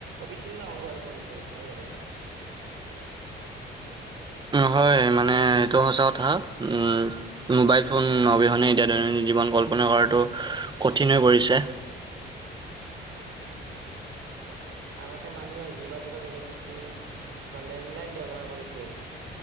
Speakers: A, on the right; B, on the right.
A: অবিচ্ছিন্ন অংগ হৈ পৰিছে নহয় জানোঁ।
B: হয়। মানে এইটো সঁচা কথা। উম', মোবাইল ফোন অবিহনে এতিয়া দৈনন্দিন জীৱন কল্পনা কৰাটো কঠিন হৈ পৰিছে।
A: <unintelligible> আগতে মানুহে যোগাযোগৰ বাবে চিঠি বা লেণ্ডলাইন ব্যৱহাৰ কৰিছিল।